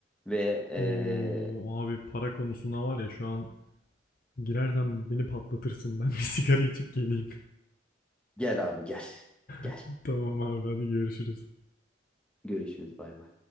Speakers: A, in the centre; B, on the left.
A: Ve e,
B: Oo abi para konusuna var ya şu an girersen beni patlatırsın. Ben bir sigara içip geleyim.
A: gel abi gel.
B: <laughs>
A: Gel.
B: Tamam abi hadi görüşürüz.
A: Görüşürüz bay bay.